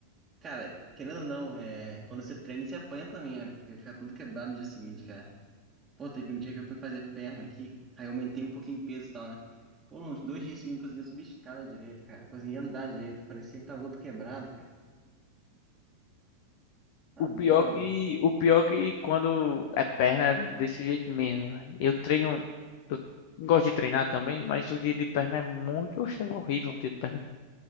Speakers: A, on the right; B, on the left.
A: Cara, querendo ou não, é... quando você treina, você apanha também, né? Porque fica tudo quebrado no dia seguinte, cara. Pô, teve um dia que eu fui fazer perna aqui, aí eu aumentei um pouquinho o peso e tal, né? Pô, uns dois dias seguintes eu conseguia subir escada direito, cara. Conseguia andar direito, parecia que tava todo quebrado, cara. Tá
B: O
A: doido.
B: pior que, o pior que quando é perna é desse jeito mesmo, velho. Eu treino, eu gosto de treinar também, mas o dia de perna é muito, oxe, é horrível o dia de perna.